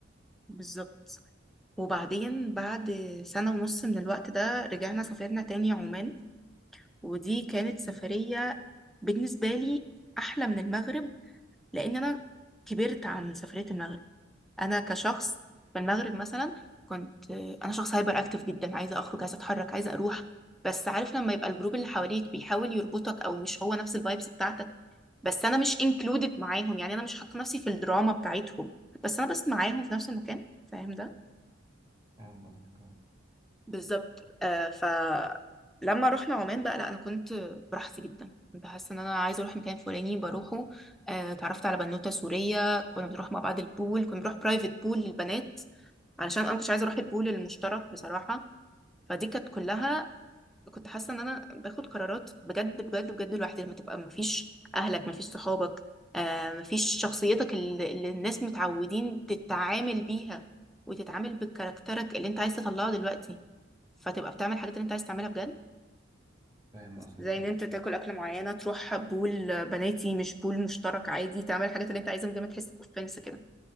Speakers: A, in the centre; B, on the right.
A: بالظبط وبعدين بعد سنه ونص من الوقت ده رجعنا سافرنا تاني عمان ودي كانت سفريه بالنسبه لي احلى من المغرب لان انا كبرت عن سفريه المغرب انا كشخص في المغرب مثلا كنت انا شخص هايبر اكتف جدا عايزه اخرج عايزه اتحرك عايزه اروح بس عارف لما يبقى الجروب اللي حواليك بيحاول يربطك او مش هو نفس الفايبس بتاعتك بس انا مش انكلودد معاهم يعني انا مش حاطه نفسي في الدراما بتاعتهم بس انا بس معاهم في نفس المكان فاهم ده
B: فاهم قصدك اه
A: بالظبط آه فلما رحنا عمان بقى لا انا كنت براحتي جدا كنت حاسه ان انا عايزه اروح مكان فلاني بروحه آه اتعرفت على بنوته سوريه كنا بنروح مع بعض البول كنا بنروح برايفت بول للبنات علشان انا مش عايزه اروح البول المشترك بصراحه فدي كانت كلها كنت حاسه ان انا باخد قرارات بجد بجد بجد لوحدي لما تبقى مفيش اهلك مفيش صحابك آه مفيش شخصيتك اللي, اللي الناس متعودين تتعامل بيها وتتعامل بكاركترك اللي انت عايز تطلعه دلوقتي فتبقى بتعمل الحاجات اللي انت عايز تعملها بجد
B: فاهم
A: زي
B: قصدك اه
A: ان انت تاكل اكله معينه تروح بول بناتي مش بول مشترك عادي تعمل الحاجات اللي انت عايزها من غير ما تحس باوفنس كده